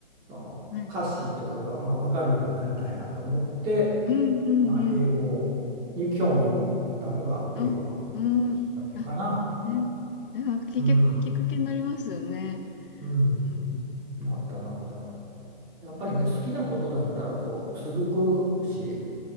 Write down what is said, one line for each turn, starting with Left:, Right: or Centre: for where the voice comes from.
Right: その歌詞とかがまあ分かるようになりたいなと思って、
Left: はい。うんうんうん。
Right: まあ、英語に興味を持ったのが英語の
Left: あ、うん。
Right: きっかけかな。
Left: あ、え、えなんかきっかけ、
Right: うん、
Left: きっかけになりますよね。
Right: うん、
Left: うん。
Right: なったなった。やっぱりね、
Left: うんうん
Right: 好きなことだったらこう続くし、